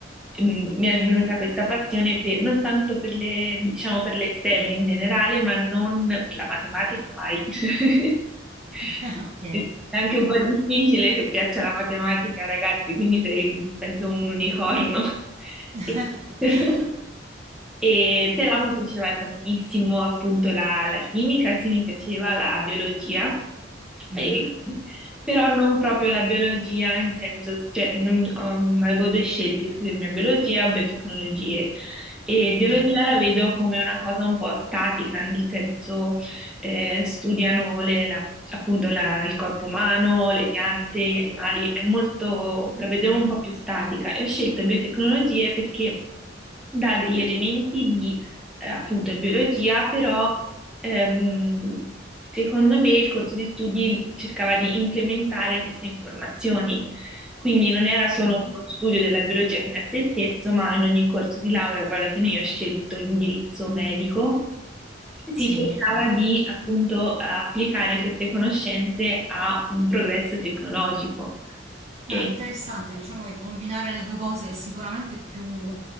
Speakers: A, in the centre; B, on the right (about 35°).
A: mm, mi è venuta questa passione per- non tanto per le, diciamo, per le STEM in generale, ma non per la matematica mai. <laughs>
B: <laughs> ok,
A: È anche un po' difficile che piaccia la matematica ai ragazzi, quindi sei, penso, un unicorno.
B: <laughs>
A: E- <laughs> e
B: purtroppo.
A: però mi piaceva tantissimo appunto la, la chimica, sì, mi piaceva la biologia,
B: Mhm,
A: E- però non proprio la biologia in senso, cioè, non- um, avevo due scelte, iscrivermi a biologia o biotecnologie. E biologia
B: Ok,
A: la vedo come una cosa un po' statica, nel senso eh, studiano le- la- appunto la- il corpo umano, le piante, gli animali, è molto, la vedevo un po' più statica e ho scelto biotecnologie perché dà degli elementi di eh, appunto biologia, però ehm, secondo me il corso di studi cercava di implementare queste informazioni. Quindi non era solo
B: ok.
A: uno studio della biologia fino a se stesso, ma in ogni corso di laurea, poi alla fine io ho scelto l'indirizzo medico, si
B: Sì.
A: cercava di appunto applicare queste conoscenze a un progresso tecnologico. E
B: Ah, interessante, diciamo che combinare le due cose è sicuramente più